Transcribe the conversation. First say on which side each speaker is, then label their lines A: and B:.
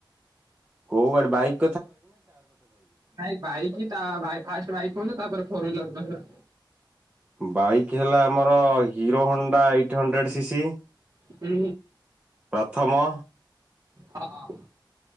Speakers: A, on the right; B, on the right.
A: କୋଉ ଗଡି ବାଇକ?
B: ନାଇଁ ବାଇକ୍ ତା ଅ ଫାଷ୍ଟ ବାଇକ୍ କୁହନ୍ତୁ ତାପରେ ଫୋର ହୁଇଲର କହିବେ।
A: ବାଇକ୍ ହେଲା ଆମର Hero Honda eight hundred C C
B: ହୁଁ
A: ପ୍ରଥମ
B: ହଁ ହଁ।